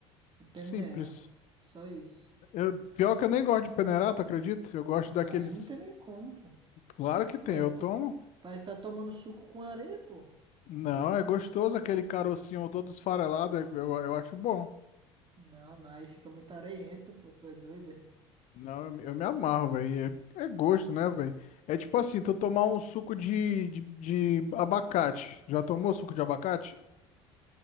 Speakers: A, on the right; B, on the left.
A: E peneira.
B: Simples.
A: Só isso.
B: Eu, pior que eu nem gosto de peneira, tu acredita? Eu gosto
A: Não,
B: daqueles.
A: aí não tem nem como, pô.
B: Claro que tem,
A: Parece
B: eu tomo.
A: que tu, parece que tá tomando suco com areia, pô.
B: Não, é gostoso aquele carocinho todo esfarelado, eu, eu eu acho bom.
A: Não, não, aí fica muito areiento, pô. Tu é doida?
B: Não, eu, me eu me amarro, velho. É, é gosto, né, velho? É tipo assim, tu tomar um suco de, de, de abacate. Já tomou suco de abacate?